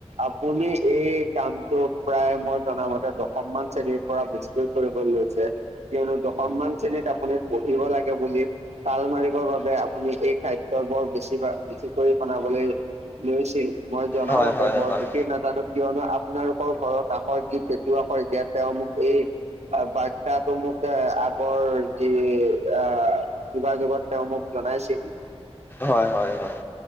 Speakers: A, on the right; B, on the left.
A: আপুনি এই কামটো প্ৰায় মই জনামতে দশম মান শ্ৰেণীৰ পৰা বেছিকৈ কৰিব লাগি কিয়নো দশম মান শ্ৰেণীত আপুনি পঢ়িব লাগে বুলি তাল মাৰিব বাবে আপু এই খাদ্যবোৰ বেছি বা বেছি কৰি বনাবলৈ লৈছিল মই জনাও
B: হয়
A: মতে
B: হয়
A: বৰ
B: হয়
A: বিশষ নাজানো কিয়নো আপোনাৰ ঘৰত কাষৰ গীত শিকোৱা হয় যেতিয়া তেওঁ মোক এই আৰু বাচ্ছাটো মোক আগৰ যি অ যোগাযোগত তেওঁ মোক জনাইছিলো
B: হয় হয় হয়